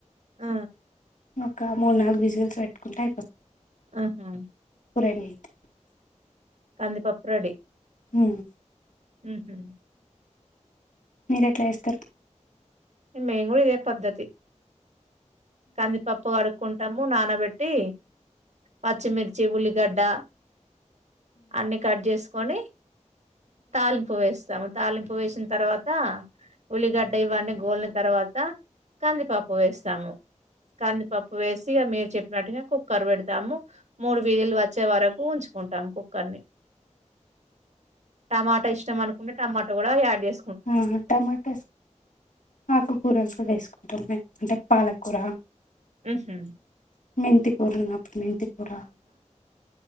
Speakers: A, on the right (about 65°); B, on the left (about 85°).
A: ఆ
B: ఒక మూడు నాలుగు విజిల్స్ పెట్టుకుంటే అయిపోతు
A: ఆహా
B: రెడి అయితే
A: కందిపప్పు రడి
B: హు
A: హుహు
B: మీరు ఎట్లా చేస్తరు
A: మే కూడా ఇదే పద్ధతి కంది పప్పు కడుక్కుంటాము నానబెట్టి పచ్చిమిర్చి ఉల్లిగడ్డ అన్ని కట్ చేసుకొని తాలింపు వేస్తాము తాలింపు వేసిన తర్వాత ఉల్లిగడ్డ ఇవన్నీ గోలిన తర్వాత కంది పప్పు వేస్తాము కందిపప్పు వేసి మీరు చెప్పినట్టుగా కుక్కర్ పెడతాము మూడు విజిల్లు వచ్చే వరకు ఉంచుకుంటాం కుక్కర్ని టమాటో ఇష్టం అనుకుంటే టమాటో కూడ యాడ్ చేస్
B: ఆ టమాట ఆకుకూరలు కూడ వేసుకుంటాం మేము అంటే పాలకూర
A: ఆహా
B: మెంతికురన్నప్పుడు మెంతికూర